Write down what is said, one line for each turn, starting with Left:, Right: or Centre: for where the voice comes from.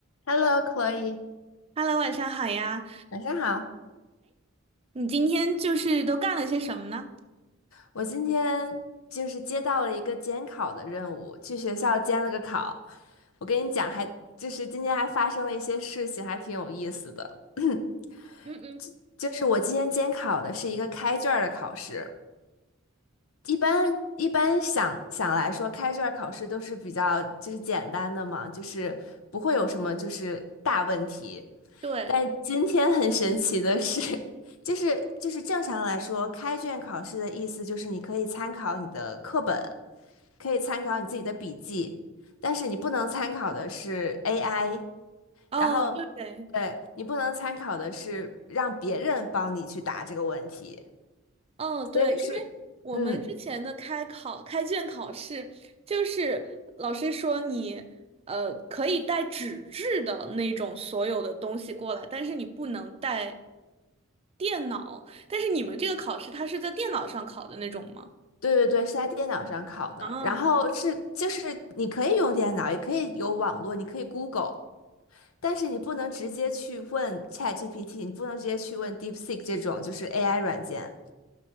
Left: h e l l o c l o e
Right: Hello，晚上好呀！
Left: 晚上好。
Right: 你今天就是都干了些什么呢？
Left: 我今天就是接到了一个监考的任务，去学校监了个考。我跟你讲还，就是今天还发生了一些事情，还挺有意思的。<clears throat>
Right: 嗯嗯，
Left: 就是我今天监考的是一个开卷儿的考试，一般一般想想来说，开卷儿考试都是比较就是简单的嘛，就是不会有什么就是大问题。
Right: 对，
Left: 但今天很神奇的是，<laughs> 就是就是正常来说，开卷考试的意思就是你可以参考你的课本，可以参考你自己的笔记，但是你不能参考的是 AI，
Right: 哦，
Left: 然后
Right: 对，
Left: 对你不能参考的是让别人帮你去答这个问题，
Right: 哦对，
Left: 所以是，
Right: 因为我们之前的开考、
Left: 嗯，
Right: 开卷考试，就是老师说你呃可以带纸质的那种所有的东西过来，但是你不能带电脑。但是你们这个考试，它是在电脑上考的那种吗？
Left: 对对对，是在电脑上考的，
Right: 啊，
Left: 然后是就是你可以用电脑，也可以有网络，你可以 Google。但是你不能直接去问 ChatGPT，你不能直接去问 DeepSeek 这种就是 AI 软件。